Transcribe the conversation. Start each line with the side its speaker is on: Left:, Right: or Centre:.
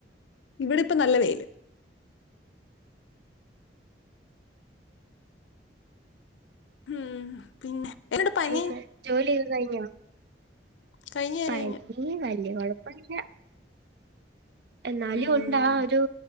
Left: ഇവിടെ ഇപ്പൊ നല്ല വെയില് ഉം പിന്നെ എന്നോട് പനി
Right: പിന്നേ ജോലിയോ തു കയിഞ്ഞോ
Left: കഴിഞ്ഞു കഴിഞ്ഞു
Right: പനീ വൽ ല്ല്യാ കൊഴപ്പവില്ല എന്നാലും
Left: ഉം
Right: ഒണ്ടാ ഒരു